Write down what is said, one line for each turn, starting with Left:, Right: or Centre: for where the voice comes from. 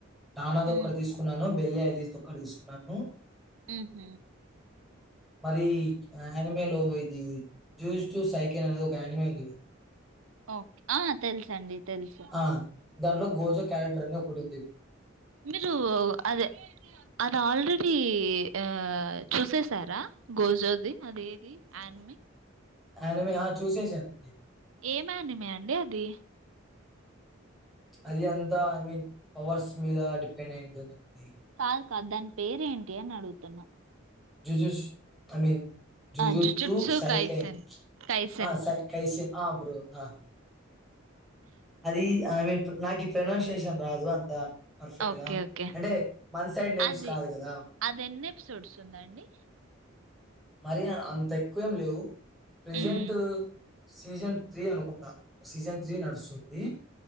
Centre: టనాదోక్కటి
Right: హ్మ్.
Centre: తీసుకున్నాను బిల్లీ ఐలిస్దోకటి తీసుకున్నాను
Right: మ్ హు
Centre: మరి యానిమేలో ఇది జూస్ జూ సైకెల్ అనేది ఒక యానిమే ఉంది
Right: ఓకే ఆ తెలుసండి తెలుసు
Centre: ఆ! దాంట్లో గోజో క్యాండేటర్ అని ఒకటి ఉంది
Right: మీరు అదే అది ఆల్రెడీ ఆ చూసేస్ సరా గోజోది అదేది అనిమీ
Centre: అనిమీ ఆ చూసేసానండి
Right: ఏమనిమే అండి అది
Centre: అది అంతా ఐ మీన్ పవర్స్ మీద డిపెండ్ అయిఉంటుంది అండి
Right: కాద్ కాదు దాని పేరేంటి అని అడుగుతున్నా
Centre: జు జుస్ ఐ మీన్ <unintelligible>
Right: ఆ జుజుట్సు
Centre: సైకె
Right: కైసెన్ కైసెన్
Centre: అ సై కైసే ఆ బ్రో అ అది ఐ మీన్ నాకు ప్రనౌన్సియేషన్ రాదు అంత పర్ఫెక్ట్
Right: ఓకే
Centre: గా
Right: ఓకే
Centre: అంటే మన సైడ్ నేమ్స్
Right: అది
Centre: కాదు కదా
Right: అదేన్నెపిసోడ్స్ ఉందండి
Centre: మరి అంతేక్కువేం లేవు ప్రెజెంట్
Right: మ్మ్.
Centre: సీజన్ త్రీ అనుకుంటా సీజన్ త్రీ నడుస్తుంది